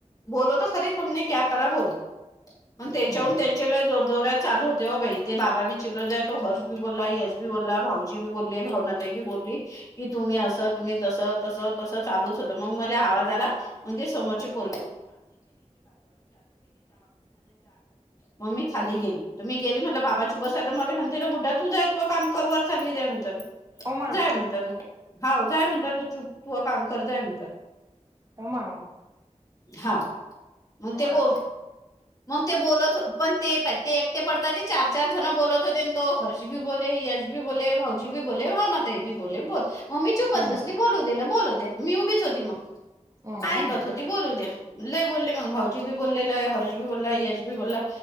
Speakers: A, on the left; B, on the right.
A: बोलवतो खरी तुमने क्या करा बोल, त्याच्याहुन
B: हम्म
A: त्या चि लय जोर जोरत चालू होते हो बई ते बाबा बी चिलो जायो हर्ष बी बोला, यश बोलला, भाऊजी बोलले, भावना तई बी बोलली की तुम्ही असं तुम्ही तस तस तस चालूच होत मग मले आवाज आला म्हणजे समोरचे <unintelligible> मग मी खाली गेली, तर मी गेली म्हटलं बाबाची बस मला म्हणते ना बुढा तू जाय तू काम करवर चालली जाय म्हणतात.
B: ओ माय
A: जाय
B: गॉड
A: म्हणतात, हाव जाय म्हणतात तू चूप, तू काम कर जाय म्हणतात.
B: उमा.
A: हा. म ते ब मग ते बोलत पण ते ते एकटे पडतात ते चार. चार जण बोलत होते न तो हर्ष बी बोले, यश बी बोले, भाऊजी बी बोले, भावना ताई बी बोले, बोल. म मी चुपच
B: हम्म
A: बसली बोलु दे हिलं बोलुदे मी उभीच होती म,
B: हम्म
A: ऐकत होते. ती बोलू दे, लई बोलले मग भाऊजी बी बोलले लई हर्ष बी बोला, यश बी बोला.